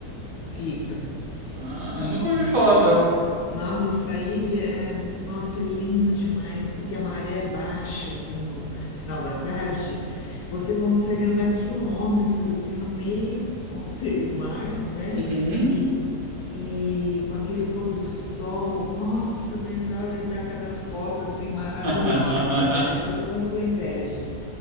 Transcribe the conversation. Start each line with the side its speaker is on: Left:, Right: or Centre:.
Left: Fica.
Right: Ah,
Left: E
Right: eu nunca ouvi falar dela.
Left: nossa, essa ilha é, nossa, é lindo demais, porque a maré é baixa assim no final da tarde, você consegue andar quilômetros assim no meio, onde seria o mar, né?
Right: Uhum.
Left: E, e com aquele pôr do sol, nossa, mas olha, dá cada foto assim maravilhosa
Right: <laughs>
Left: para deixar todo mundo com inveja.